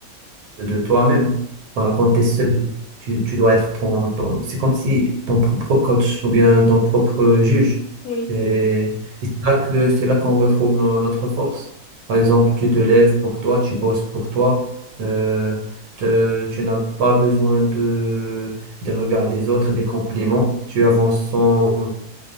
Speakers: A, on the right; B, on the left.
A: de toi-même. Bah, Quand tu es seul, tu, tu dois être ton, ton- C'est comme si ton propre coach ou bien ton propre juge.
B: Oui,
A: Et,
B: oui, oui.
A: et c'est là que, c'est là qu'on retrouve no- notre force. Par exemple, tu te lèves pour toi, tu bosses pour toi. euh, te- tu n'as pas besoin de, des regards des autres, des compliments. Tu avances sans,